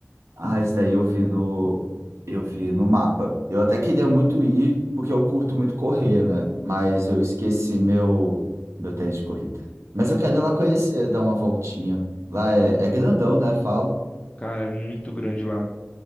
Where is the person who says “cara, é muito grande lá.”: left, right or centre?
Left